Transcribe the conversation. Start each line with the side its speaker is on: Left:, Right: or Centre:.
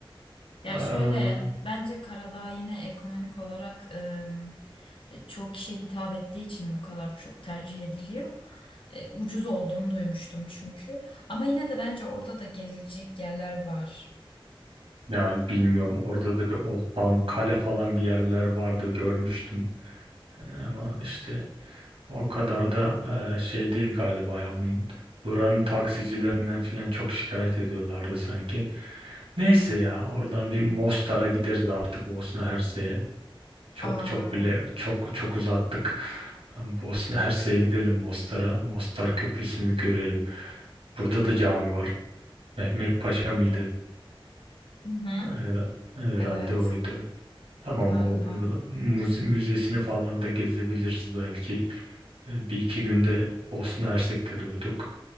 Right: Aa,
Left: Ya şöyle bence Karadağ yine ekonomik olarak ım, e, çoğu kişiye hitap ettiği için bu kadar çok tercih ediliyor. E, ucuz olduğunu duymuştum çünkü. Ama yine de bence orada da gezilecek yerler var.
Right: yani bilmiyorum orada da bir Old Town Kale falan bir yerler vardı görmüştüm ama işte O kadar da e, şey değil galiba ya. Bunun, buranın taksicilerinden falan çok şikayet ediyorlardı sanki. Neyse ya oradan bir Mostar'a gideriz artık Bosna Hersek'e. Çok
Left: Aa.
Right: çok bile çok çok uzattık. Bosna Hersek'e gidelim Mostar'a. Mostar Köprüsü'nü bir görelim. Burada da cami var. Mehmet Paşa mıydı?
Left: Hı hı.
Right: Her- Herhalde
Left: Evet
Right: oydu. Tamam
Left: galiba.
Right: o burada müze- müzesini falan da gezebiliriz belki. E, Bir iki günde Bosna Hersek'te durduk.